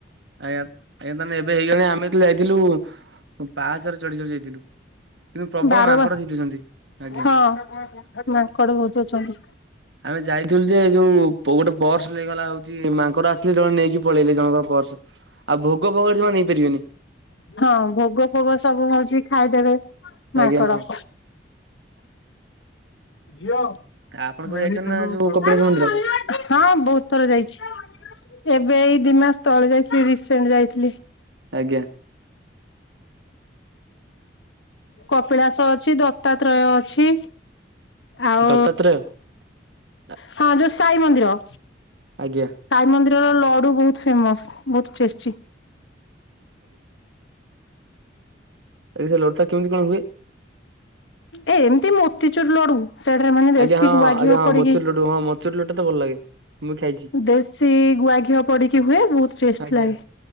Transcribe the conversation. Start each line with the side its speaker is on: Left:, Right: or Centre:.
Right: ଆଜ୍ଞା ଆଜ୍ଞା ତାହେଲେ ଏବେ ହେଇଗଲାଣି, ଆମେ ଯେତେବେଳେ ଯାଇଥିଲୁ ପାହାଚରେ ଚଢି ଚଢି ଯାଇଥିଲୁ। କିନ୍ତୁ ପ୍ରବଳ
Left: ବାର
Right: ମାଙ୍କଡ
Left: ବା
Right: ଛିଟୁଛନ୍ତି। ଆଜ୍ଞା
Left: ହଁ ମାଙ୍କଡ ବହୁତ ଅଛନ୍ତି।
Right: ଆମେ ଯାଇଥିଲୁ ଯେ, ଯୋଉ ଗୋଟେ ପର୍ସ ନେଇଗଲା ହଉ ମାଙ୍କଡ ଆସିଲେ, ଜଣେ ନେଇକି ପଳେଇଲେ ଜଣଙ୍କର ପର୍ସ ଆଉ ଭୋଗ ଫୋଗ ଜମା ନେଇପାରିବେନି
Left: ହଁ ଭୋଗ ଫୋଗ ସବୁ ହଉଛି। ଖାଇଦେବେ ମାଙ୍କଡ।
Right: ଆଜ୍ଞା ହଁ
Left: ଝିଅ।
Right: ଆପଣ କେବେ
Left: ହଁ
Right: ଯାଇଛନ୍ତି ନା ଯୋଉ କପିଳାସ ମନ୍ଦିର?
Left: ବହୁତ ଥର ଯାଇଛି। ଏବେ ଏଇ ଦି ମାସ ତଳେ ଯାଇଥିଲି ରିସେଣ୍ଟ ଯାଇଥିଲି।
Right: ଆଜ୍ଞା
Left: କପିଳାସ ଅଛି ଦତ୍ତାତ୍ରୟ ଅଛି। ଆଉ
Right: ଦତ୍ତାତ୍ରୟ ଆ।
Left: ହଁ ଯୋଉ ସାଇ ମନ୍ଦିର।
Right: ଆଜ୍ଞା।
Left: ସାଇ ମନ୍ଦିରର ଲଡୁ ବହୁତ ଫେମସ ବହୁତ ଟେଷ୍ଟି।
Right: ଏସେ ଲଡୁଟା କେମିତି କଣ ହୁଏ।
Left: ଏମିତି ମୋତିଚୁର ଲଡୁ। ସେଇଡ଼ ଆମର ମାନେ ଦେଶୀ
Right: ଆଜ୍ଞା ହଁ ହଁ
Left: ଗୁଆଘିଅ
Right: ଆଜ୍ଞା ହଁ
Left: ପଡିକି
Right: ମଚୁରି ଲଡ଼ୁ ହଁ ମଚୁରି ଲଡ଼ୁଟା ତ ଭଲ ଲାଗେ ମୁଁ ବି ଖାଇଛି।
Left: ଦେଶୀ ଗୁଆ ଘିଅ ପଡିକି ହୁଏ ବହୁତ ଟେଷ୍ଟ
Right: ଆଜ୍ଞା
Left: ଲାଗେ।